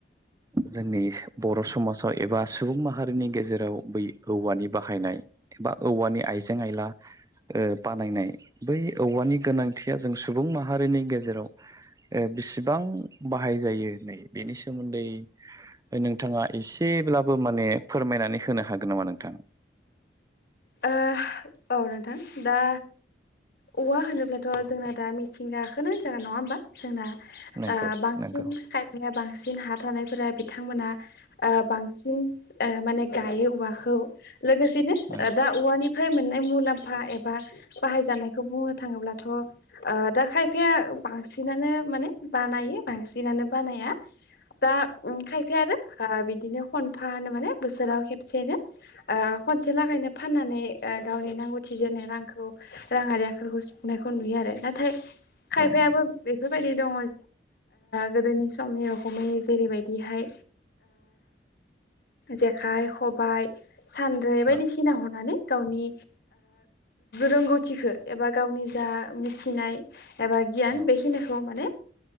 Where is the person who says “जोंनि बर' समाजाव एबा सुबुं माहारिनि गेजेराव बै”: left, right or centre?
Right